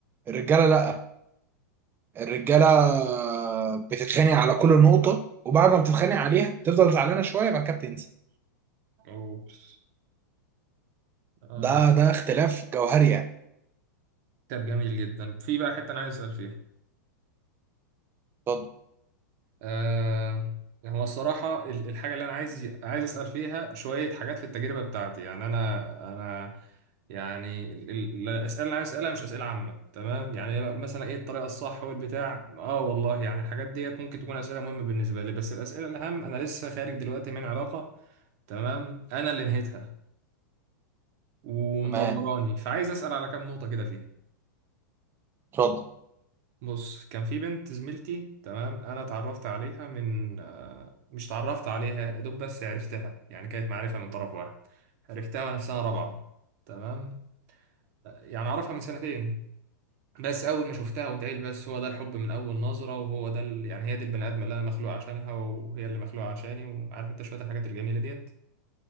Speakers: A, on the right (about 20°); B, on the right (about 50°).
A: الرجالة لأ الرجالة آه، بتتخانق على كل نقطة وبعد ما بتتخانق عليها تفضل زعلانة شوية بعد كده بتنسى
B: اوبس آه.
A: ده ده اختلاف جوهري يعني
B: طب جميل جدا في بقى حته انا عايز اسال فيها
A: اتفضل
B: آه هو الصراحة ال- الحاجة اللي أنا عايز عايز أسأل فيها شوية حاجات في التجربة بتاعتي يعني أنا أنا يعني ال- ال- الأسئلة اللي أنا عايز أسألها مش أسئلة عامة تمام يعني مثلا إيه الطريقة الصح والبتاع آه والله يعني الحاجات ديت ممكن تكون أسئلة مهمة بالنسبة لي بس الأسئلة الأهم أنا لسه خارج دلوقتي من علاقة تمام أنا اللي نهيتها اه ومدمراني
A: تمام
B: فعايز أسأل على كام نقطة كده فيها
A: اتفضل
B: بص كان في بنت زميلتي تمام انا اتعرفت عليها من آه، مش اتعرفت عليها يا دوب بس عرفتها يعني كانت معرفة من طرف واحد عرفتها وانا في سنة رابعة تمام يعني اعرفها من سنتين بس اول ما شفتها قمت قايل بس هو ده الحب من اول نظرة وهو ده ال... يعني هي دي البني ادم اللي انا مخلوق عشانها وهي اللي مخلوقة عشاني وعارف انت شوية الحاجات الجميلة ديت